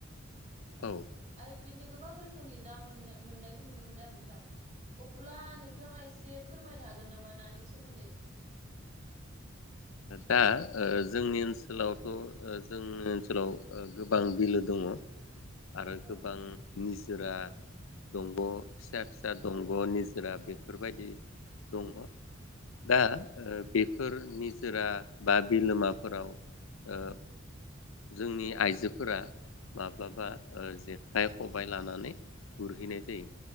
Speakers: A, on the left (about 80°); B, on the right (about 35°).
A: औ
B: आरो बिदिनो गोबां रोखोमनि ना मोननो मोननायखौ नुनो मोनो आरो नोंथां अब्ला नोंथांङा एसे फोरमायनो हागोन नामा नानि सोमोन्दै।
A: दा ओ जोंनि ओनसोलावथ' ओ जोंनि ओनसोलाव गोबां बिलो दङ। आरो
B: औ
A: गोबां निजोरा दंग‌' फिसा-फिसा दंग' निजोरा बेफोरबायदि दंङ। दा
B: उम
A: ओ बेफोर नि जोरा बा बिलोमाफोराव ओ जोंनि आइजोफोरा माब्लाबा
B: उम
A: ओ जेखाइ खबाय लानानै गुरहैनाय जायो